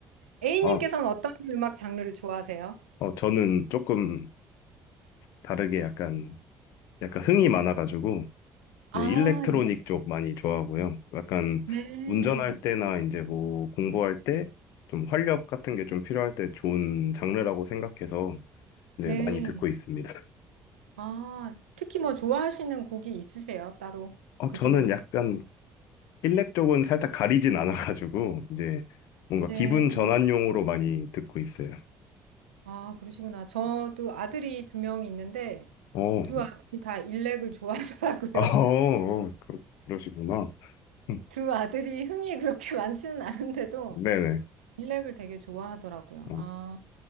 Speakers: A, on the right; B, on the left.
A: A님께서는
B: 아,
A: 어떤 음악 장르를 좋아하세요?
B: 어, 저는 조금 다르게 약간, 약간 흥이 많아가지고
A: 아,
B: 이제 일렉트로닉
A: 예.
B: 쪽 많이 좋아하고요. 약간
A: 네.
B: 운전할 때나 이제 뭐 공부할 때 좀 활력 같은 게 좀 필요할 때 좋은 장르라고 생각해서 이제
A: 네.
B: 많이 듣고 있습니다. <laughs>
A: 아, 특히 뭐 좋아하시는 곡이 있으세요? 따로
B: 어,
A: 그
B: 저는
A: 중에서?
B: 약간 일렉 쪽은 살짝 가리진 않아가지고 이제 뭔가
A: 네.
B: 기분 전환용으로 많이 듣고 있어요.
A: 아, 그러시구나. 저도 아들이 두 명 있는데
B: 어,
A: 두 아들이 다 일렉을 좋아하더라고요.
B: 아, 어,
A: <laughs>
B: 그러, 그러시구나. <laughs>
A: 두 아들이 흥이 그렇게 많지는 않은데도
B: 네네.
A: 일렉을 되게 좋아하더라고요.
B: 어,
A: 아,